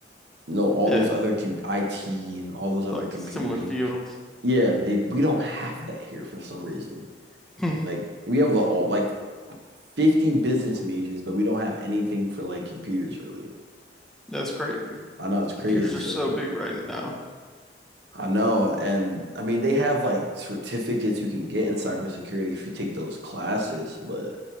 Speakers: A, on the right; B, in the centre.
A: you know all
B: Yeah,
A: those other com IT and all those other
B: like
A: computer
B: similar
A: majors.
B: fields. <laughs>
A: Yeah, they we don't have that here for some reason.
B: Hmm,
A: Like we have uh, all, like 50 business majors, but we don't have anything for like computers really.
B: That's crazy.
A: I know it's crazy,
B: Computers are
A: so
B: so big right now.
A: I know and I mean they have like certificates you can get in cybersecurity if you take those classes, but